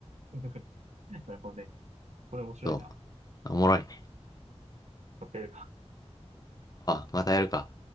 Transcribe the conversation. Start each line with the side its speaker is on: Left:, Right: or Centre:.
Right: <laughs> なるほどね。これ面白いな。
Left: そう。おもろいね。
Right: 買ってやるか。
Left: ああ、またやるか。